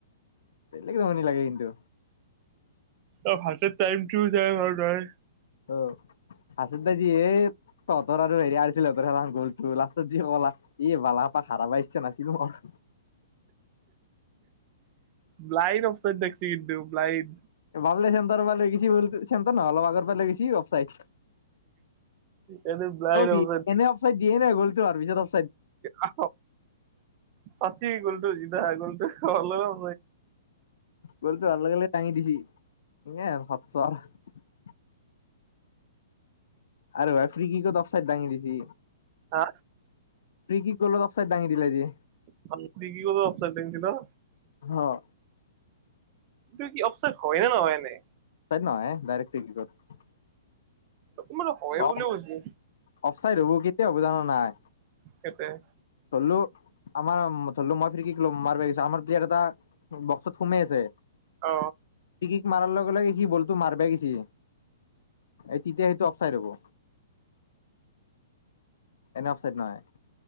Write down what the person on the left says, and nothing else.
বেলেগ জমনি লাগে কিন্তু।
অহ, আছাদ্ধাজি এইত তহঁতৰ আৰু হেৰি আৰছিল হঁতৰ গলতো লাষ্টত যি কলা এই <unintelligible> আপাক হাৰাবা ইচ্ছা নাছিলোঁ মই।
চেণ্টাৰ পা লৈ গৈছি, বলটো চেণ্টাৰ নহয়, অলপ আগৰ পৰা লৈ গৈছি অফছাইড।
অ', কি
এনে অফছাইড দিয়ে নে গ'লতো তাৰপিছত অফ
বলতো ভাল লাগিলে ডাঙি দিছি এনেই আৰু! !!!!!!!!! আৰে ভাই ফ্ৰী কিকত অফছাইড ডাঙি দিছি।
সি কি কৰল অপচাইদ দাঙি দিলা যি।
অ'
<unintelligible> ডাইৰেক্ট ফেচবুকত।
অহ,
অফচাইড হ'বো কেতিয়া হ'বো জানা নে নাই।
ধৰলোঁ আমাৰ ধৰলোঁ মই ফ্ৰী কিক ল'ম মাৰবা গেছো আমাৰ প্লেয়াৰ এটা বক্সত সোমাই আছে
ফ্ৰী কিক মাৰাৰ লগ মোৰ লাগে সি বলটো মাৰবায়ে গেছি, এই তেতিয়া সেইটো অফচাইড হ'ব। এনে অফছাইড নহয়।